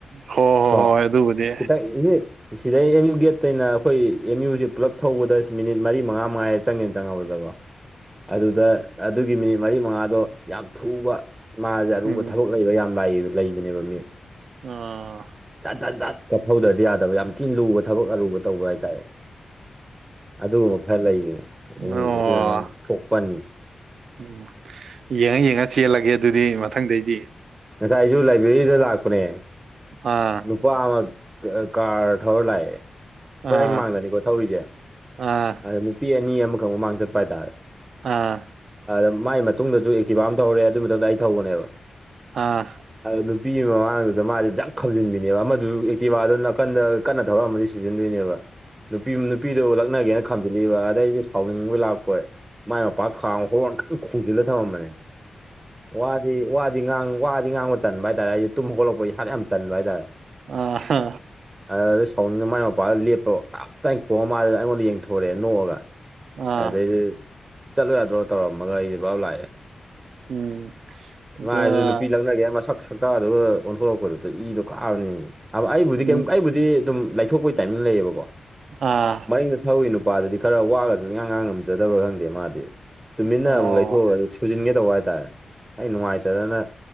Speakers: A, on the right; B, on the right.
A: ꯍꯣꯏ
B: ꯀꫭ
A: ꯍꯣꯏ ꯍꯣꯏ ꯑꯗꯨꯕꯨꯗꯤ
B: ꯈꯤꯇꯪ ꯏꯅꯦ꯫ ꯁꯤꯗꯩ ꯑꯦꯝ ꯌꯨ ꯒꯦꯠꯇꯩꯩꯅ ꯑꯩꯈꯣꯏ ꯑꯦꯝ ꯌꯨꯁꯤ ꯄꯨꯂꯞ ꯊꯧꯕꯗ ꯃꯤꯅꯤꯠ ꯃꯔꯤ ꯃꯉꯥ ꯃꯉꯥꯔ ꯆꯪꯉꯦꯅ ꯆꯪꯉꯕꯗꯀꫭ ꯑꯗꯨꯗ ꯑꯗꯨꯒꯤ ꯃꯤꯅꯤꯠ ꯃꯔꯤ ꯃꯉꯥꯗꯣ ꯌꯥꯝ ꯊꯨꯕ ꯃꯥꯖꯦ ꯑꯔꯨꯕ
A: ꯎꯝ
B: ꯊꯕꯛ ꯂꯩꯕ ꯌꯥꯝ ꯂꯥꯛꯏ ꯂꯩꯕꯅꯦꯕ ꯃꯤ
A: ꯑꯣ
B: ꯖꯠ ꯖꯠ ꯖꯠ ꯀ ꯊꯧꯗ꯭ꯔꯗꯤ ꯌꯥꯗꯕ ꯌꯥꯝ ꯊꯤꯅ ꯂꯨꯕ ꯊꯕꯛ ꯑꯔꯨꯕ ꯇꯧꯕ ꯍꯥꯏꯇꯥꯔꯦ ꯑꯗꯨꯒꯨꯝꯕ ꯈꯔ ꯂꯩꯌꯦ ꯑꯦꯝ
A: ꯑꯣ
B: ꯌꯨꯖꯦ ꯑꯗꯨꯅ ꯅꯪ ꯀꯣꯛ ꯄꯟꯅꯤ
A: ꯎꯝ ꯌꯦꯡꯉ ꯌꯦꯡꯉ ꯆꯦꯜꯂꯒꯦ ꯑꯗꯨꯗꯤ ꯃꯊꯪꯗꯩꯗꯤ
B: ꯉꯁꯥꯏ ꯑꯩꯁꯨ ꯂꯥꯏꯕ꯭ꯔꯦꯔꯤꯗ ꯂꯥꯛꯄꯅꯦ
A: ꯑ
B: ꯅꯨꯄꯥ ꯑꯃ ꯀ ꯀꯥꯔ ꯊꯧꯔ ꯂꯥꯛꯑꯦ꯫ ꯑꯩꯈꯣꯏ
A: ꯑꯥ
B: ꯑꯩ ꯃꯥꯡꯗꯅꯤꯀꯣ ꯊꯧꯔꯤꯖꯦ
A: ꯑꯥ
B: ꯑꯗ ꯅꯨꯄꯤ ꯑꯅꯤ ꯑꯃꯈꯛ ꯃꯃꯥꯡ ꯆꯠꯄ ꯍꯥꯏꯇꯥꯔꯦ꯫
A: ꯑꯥ꯫
B: ꯑꯗ ꯃꯥꯏ ꯃꯇꯨꯡꯗꯖꯨ ꯑꯦꯛꯇꯤꯚꯥ ꯑꯃ ꯊꯧꯔꯦ ꯑꯗꯨꯒꯤ ꯃꯇꯨꯡꯗ ꯑꯩ ꯊꯧꯕꯅꯦꯕ꯫
A: ꯑꯥ꯫
B: ꯑꯗꯣ ꯅꯨꯄꯤ ꯃꯃꯥꯡꯗꯨꯗ ꯃꯥꯖꯦ ꯖꯛ꯫ ꯈꯥꯝꯖꯤꯟꯕꯤꯅꯦꯕ ꯑꯃꯗꯨ ꯑꯦꯛꯇꯤꯚꯗꯨꯗ ꯅꯀꯟꯗ ꯀꯟꯅ ꯊꯧꯔꯛ ꯑꯝꯃꯗꯤ ꯁꯤꯖꯤꯟꯗꯣꯏꯅꯦꯕ꯫ ꯅꯨꯄꯤ ꯅꯨꯄꯤꯗꯨ ꯂꯛꯅꯒꯦꯅ ꯈꯥꯝꯖꯤꯜꯂꯛꯏꯕ ꯑꯗꯩ ꯑꯩꯗꯤ ꯁꯥꯎꯅꯤꯡꯕꫭꯏ ꯂꯥꯛꯄꯣꯏ꯫ ꯃꯥꯏ ꯃꯄꯥ ꯈꯥꯡꯃ ꯍꯣꯔꯣꯟ ꯀꯟ ꯈꯣꯡꯖꯤꯜꯂ ꯊꯝꯃꯝꯕꯅꯦ꯫ ꯋꯥꯗꯤ ꯋꯥꯗꯤꯥ ꯉꯥꯡ ꯋꯥꯗꯤ ꯉꯥꯡꯕ ꯇꯟꯕ ꯍꯥꯏꯇꯥꯔꯦ ꯑꯩ ꯇꯨꯝ ꯍꯧꯒꯠꯂꯛꯄꯒꯤ ꯍꯥꯠ ꯌꯥꯝ ꯇꯟꯕ ꯍꯥꯏꯇꯥꯔꯦ
A: ꯑ ꯍꯥ
B: ꯑꯗꯨꯗ ꯁꯥꯎꯅꯤꯡꯉ ꯃꯥꯏ ꯃꯄꯥꯗ ꯂꯦꯞꯄ ꯇꯞ ꯇꯥꯏꯅ ꯈꯣꯛꯉ ꯃꯥꯖꯦ ꯑꯩꯉꯣꯟꯗ ꯌꯦꯡꯊꯣꯔꯛꯑꯦ ꯅꯣꯛꯑꯒ
A: ꯑꯥ
B: ꯑꯗꯩꯗꯤ ꯆꯠꯂꯨ ꯌꯥꯗ꯭ꯔꯣ ꯇꯧꯔꯝꯃꯒ ꯑꯩꯗꯤ ꯚꯞ ꯂꯥꯛꯑꯦ
A: ꯎꯝ
B: ꯃꯥꯖꯨ
A: ꯑ
B: ꯅꯨꯄꯤ ꯂꯛꯅꯒꯦ ꯃꯁꯛ ꯁꯛꯇꯥꯗꯨꯒ ꯑꯣꯟꯊꯣꯔꯛꯄꯗꯨꯗ ꯏꯗꯣ ꯀꯥꯕꯅꯦꯃꯦ ꯑꯩꯕꯨꯗꯤ
A: ꯎꯝ
B: ꯀꯩꯝ ꯑꯩꯕꯨꯗꯤ ꯑꯗꯨꯝ ꯂꯩꯊꯣꯛꯄꯩ ꯇꯟ ꯂꯩꯌꯦꯕꯀꯣ
A: ꯑꯥ
B: ꯃꯅꯤꯡꯗ ꯊꯧꯔꯤ ꯅꯨꯄꯥꯗꯨꯗꯤ ꯈꯔ ꯋꯥꯒꯖꯨ ꯏꯉꯥꯡ ꯉꯥꯡ ꯉꯝꯖꯗꯕ꯭ꯔꯥ ꯈꯪꯗꯦ ꯃꯥꯗꯤ ꯇꯨꯃꯤꯟꯅ
A: ꯑꯣ
B: ꯑꯃꯨꯛ ꯂꯩꯊꯣꯛꯑꯒ ꯇꯨꯖꯤꯟꯒꯦꯇꯧꯕ ꯍꯥꯏꯇꯥꯔꯦ ꯑꯩ ꯅꯨꯡꯉꯥꯏꯇꯗꯅ